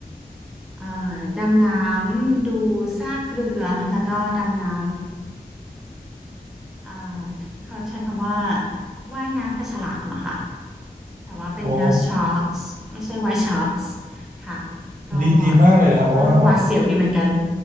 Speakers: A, in the centre; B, on the right.
A: เอ่อดำน้ำดูซากเรือแล้วก็ดำน้ อ่าเขาใช้คำว่าว่ายน้ำกับฉลามอะค่ะแต่ว่าเป็น
B: อ๋อ
A: nurse sharks ไม่ใช่ white sharks ค่ะก็
B: ดีดีมากเลยนะครับว้าว
A: ก็หวาดเสียวดีเหมือนกัน